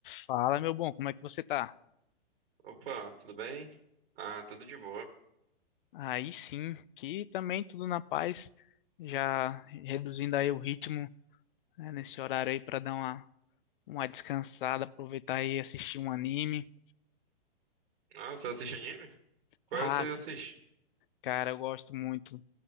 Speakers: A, on the left; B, on the right.
A: Fala, meu bom, como é que você tá?
B: Opa, tudo bem? Ah, tudo de boa.
A: Aí sim, que também tudo na paz, já reduzindo aí o ritmo, né, nesse horário aí para dar uma, uma descansada, aproveitar e assistir um anime.
B: Ah, você assiste anime? Qual
A: Ah,
B: você assiste?
A: cara, eu gosto muito.